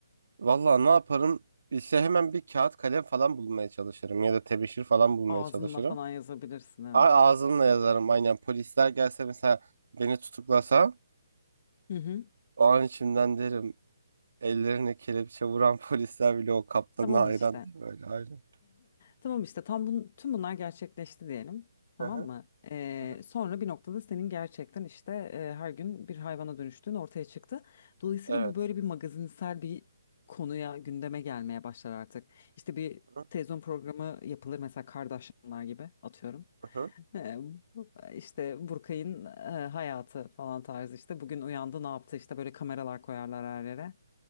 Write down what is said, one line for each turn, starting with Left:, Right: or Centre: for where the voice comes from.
Right: vallahi ne yaparım? İşte hemen bir kağıt kalem falan bulmaya çalışırım. Ya da tebeşir falan bulmaya
Left: Ağzınla
Right: çalışırım.
Left: falan yazabilirsin evet.
Right: A ağzımla yazarım. Aynen. Polisler gelse mesela beni tutuklasa
Left: Hı hı.
Right: o an içimden derim. Ellerine kelepçe vuran <laughs> polisler bile o kaptana
Left: Tamam
Right: hayran
Left: işte.
Right: diye böyle. Aynen.
Left: Tamam işte tam bun, tüm bunlar gerçekleşti diyelim. Tamam
Right: Hı hı.
Left: mı? Ee,
Right: Hı hı.
Left: sonra bir noktada senin gerçekten işte e, her gün bir hayvana dönüştüğün ortaya çıktı. Dolayısıyla
Right: Evet.
Left: bu böyle bir magazinsel bir konuya gündeme gelmeye başlar artık. İşte bir
Right: Hı
Left: televizyon programı yapılır mesela Kardashianlar gibi atıyorum.
Right: hı.
Left: Ee, bu- işte Burkay'ın e, hayatı falan tarzı işte bugün uyandı ne yaptı işte böyle kameralar koyarlar her yere.